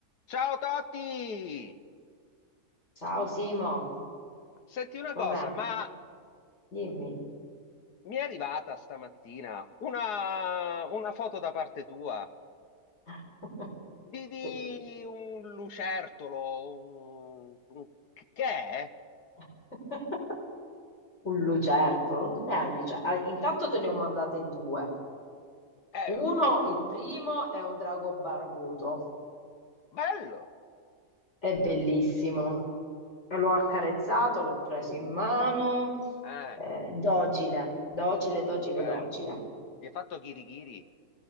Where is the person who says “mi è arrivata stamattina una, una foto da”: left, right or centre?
Left